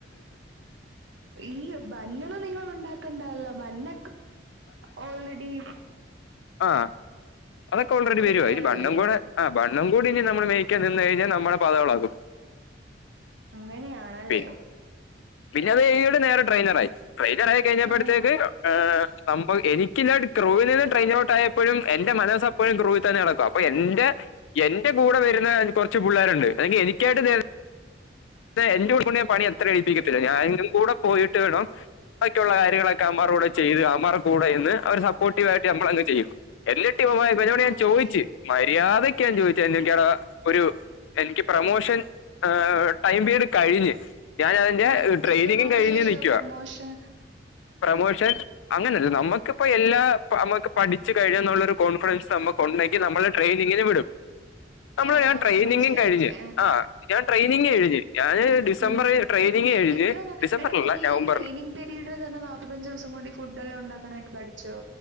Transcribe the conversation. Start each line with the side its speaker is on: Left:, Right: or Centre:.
Right: ഈ ഭനൊന്നും നിങ്ങൾ ഉണ്ടാ ക്ണ്ടല്ലോ ബന്ന ഓൾറെഡീ
Left: അഹ് അതൊക്കെ ഓൾറെഡി
Right: പ്രിപ്പയർഡ്
Left: വരുവാ ഇനി ബണ്ണം
Right: അല്ലേ
Left: കൂടെ അഹ് ബണ്ണംകൂടി ഇനി നമ്മള് മേയിക്കാ നിന്ന് കഴിഞ്ഞാ നമ്മുടെ പദംഇളക്കും
Right: അങ്ങനെയാണല്ലേ
Left: പി പിന്നെ അത് കഴിഞ്ഞിട്ട് നേ ട്രെയിനറായി ട്രെയിനറായി കഴിഞ്ഞപ്പട്ത്തേക്ക്
Right: ആ
Left: എഹ് സം എനികില്ലട്ത് ക്രൂവിൽ നിന്ന് ട്രയിൻ ഔട്ടയപ്പഴും എന്റെ മനസ്സപ്പോയും ക്രൂവി തെനെടക അപ്പൊ എന്റെ എന്റെ കൂടെ വരുന്ന കൊർച്ച് പുള്ളേര്ണ്ട് അല്ലങ്കിൽ എനിക്കായിട്ട്തെ എ എന്റെ <unintelligible> പണി ത്ര ഏൽപ്പിക്കത്തില്ല ഞാനും കൂടെ പോയിട്ട് വേണം ഒക്കെയുള്ള കാര്യങ്ങളൊക്കെ അവമാറുടെ ചെയ്ത് അവമാർ കൂടെയിന്ന് ഒരു സപ്പോർട്ടീവായിട്ടമ്മളങ് ചെയ്യും എല്ലിട്ടി <unintelligible> വനോട് ഞാൻ
Right: ഓക്കെ
Left: ചോയിച് മര്യാ തൊക്കെയാ <unintelligible> ഒരു എൻക്ക് പ്രമോഷൻ എഹ് ടൈം പീരയഡ് കഴിഞ്ഞ് ഞൻ അതിന്റെ
Right: ആ
Left: ട്രെയിനിങ്ങും
Right: എത്ര നാൾക്ക്
Left: കഴിഞ്
Right: ശേഷമാ
Left: നിക്കുവാ
Right: പ്രൊമോഷൻ
Left: പ്രമോഷ് ക്ഷെ അങ്ങനെല്ല നമ്മക്കിപ്പോ എല്ലാ മ്മക്ക് പഠിച്ച് കഴിനന്നുളൊരു കോൺഫിഡൻസ് നമുക്കൊണ്ടക്കി നമ്മളെ ട്രെയിനിങ്ങിൻ വിടും നമ്മള്
Right: ഓ
Left: ഞാൻ
Right: ആ
Left: ട്രെയിനിങ്ങും
Right: മനസ്സിലായി
Left: കഴിഞ്
Right: മനസ്സിലായി
Left: ആ ഞാൻ ട്രെയിനിങ്ങ കഴിഞ് ഞാന് ഡിസംബറിൽ
Right: ഏ
Left: ട്രെയിനിങ് കഴിഞ്ഞ്
Right: എത്ര
Left: ഡിസംബറിലല്ല
Right: എടാ നീ
Left: നവംബറിൽ
Right: ഈ ട്രെയിനിങ് പീരിട്തന്നെ നാല്പ്പത്തഞ്ചുസം കോണ്ടി ഫുഡ്‌ ല്ലോ ഉണ്ടാക്കാനായിട്ട് പഠിച്ചോ